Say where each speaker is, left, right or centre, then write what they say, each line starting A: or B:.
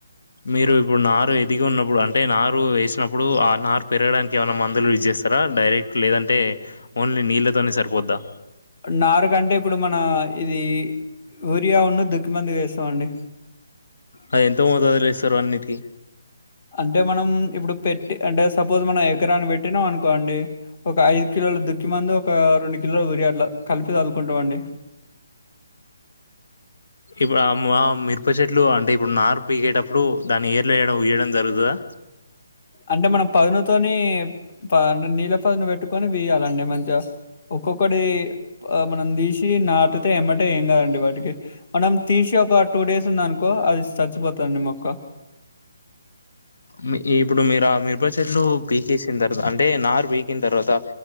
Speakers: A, on the left (about 65°); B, on the left (about 25°).
A: మీరు ఇప్పుడు నారు ఎద్దిగా ఉన్నప్పుడు అంటే నారు వేసినప్పుడు ఆ నారు పెరగడానికి ఏమైనా మందులు యూస్ చేస్తారా డైరెక్ట్ లేదంటే ఓన్లీ నీళ్ళతోనే సరిపోద్దా
B: నారు కంటే ఇప్పుడు ఇది ఊరియా నూ దుక్కిమంది వేస్తామండి
A: అది ఎంత మోతాదులో ఏస్తారు అన్నిటికీ
B: అంటే మనం ఇప్పుడు పెట్టి అంటే సపోజ్ మనం ఎకరాన్ని పెట్టినాం అనుకోండి ఒక ఐదు కిలోలు దుక్కి మందు ఒక రెండు కిలోలు ఉరియాట్లు కలిపి చదుకుంటాం అండి
A: ఇప్పుడు ఆ మా మిరప చెట్లు అంటే ఇప్పుడు నార్ పీగేటప్పుడు దాన్ని ఏర్లు వేయడం ఈయడం జరుగుతదా
B: అంటే మనం పదునుతోని అంటే నీళ్ళ పదును పెట్టుకొని వీయాలండి మంచిగా ఒక్కొక్కటి మనం తీసి నాటుతే ఎమ్మట ఏం కాదండి వాటికి మనం తీసి ఒక టూ డేస్ ఉంది అనుకో అది చచ్చిపోతదండి మొక్క
A: మీ ఇప్పుడు మీరు మిరుప చెట్లు పీకేసిన తర్వాత అంటే నారు పీకిన తర్వాత